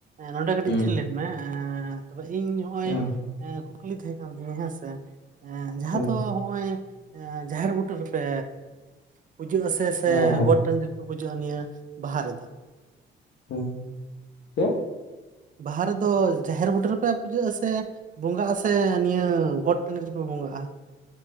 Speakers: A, on the right; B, on the left.
A: ᱱᱚᱰᱮ ᱠᱟᱹᱴᱤᱡ
B: ᱦᱩᱸ
A: ᱛᱷᱤᱨ ᱞᱮᱱ ᱢᱮ ᱛᱚᱵᱮ ᱤᱧ ᱱᱚᱜᱼᱚᱭ
B: ᱦᱩᱸ
A: ᱠᱩᱠᱞᱤ ᱛᱟᱦᱮᱸ ᱠᱟᱱ ᱛᱤᱧᱟᱹ? ᱦᱮᱸᱥᱮ ᱡᱟᱦᱟᱸ
B: ᱦᱩᱸ
A: ᱫᱚ ᱱᱚᱜᱚᱭ ᱡᱟᱦᱮᱨ ᱵᱩᱴᱟᱹ ᱨᱮᱯᱮ ᱯᱩᱡᱟᱹᱜᱼᱟ ᱥᱮ ᱥᱮ
B: ᱦᱮᱸ ᱦᱮᱸ
A: ᱜᱚᱴ ᱴᱟᱺᱰᱤ ᱯᱩᱡᱟᱹᱜᱼᱟ ᱱᱤᱭᱟᱹ ᱵᱟᱦᱟ ᱨᱮᱫᱚ
B: ᱦᱩᱸ ᱪᱮᱫ
A: ᱵᱟᱦᱟ ᱨᱮᱫᱚ ᱡᱟᱦᱮᱨ ᱵᱩᱴᱟᱹ ᱨᱮᱯᱮ ᱯᱩᱡᱟᱹᱜᱼᱟ ᱥᱮ ᱵᱚᱸᱜᱟᱜᱼᱟ ᱥᱮ ᱱᱤᱭᱟᱹ ᱜᱚᱴ ᱴᱟᱺᱰᱤ ᱨᱮᱯᱮ ᱵᱚᱸᱜᱟᱜᱼᱟ ᱾